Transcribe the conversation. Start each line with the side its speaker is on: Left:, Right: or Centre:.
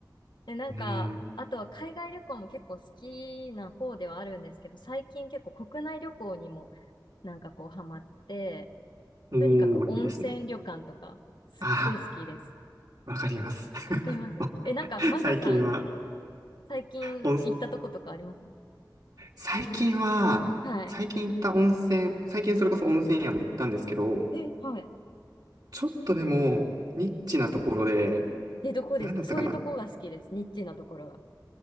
Left: で、なんか、
Right: うん。
Left: あとは海外旅行も結構好きな方ではあるんですけど、最近結構国内旅行にもなんかこうハマって、
Right: おー、
Left: とにかく温泉旅館とか、
Right: いいですね。
Left: すっごい好きです。
Right: ああ、わかります。<laughs>
Left: わかりますえ、なんか、マサさん、
Right: 最近は、
Left: 最近行ったとことかあります
Right: 温最近は、
Left: はい。
Right: 最近行った温泉、最近それこそ温泉宿行ったんですけど、
Left: え、はい。
Right: ちょっとでも、ニッチなところで、
Left: え、どこですかそういうとこが好きです。
Right: なんだったかな
Left: ニッチなところが。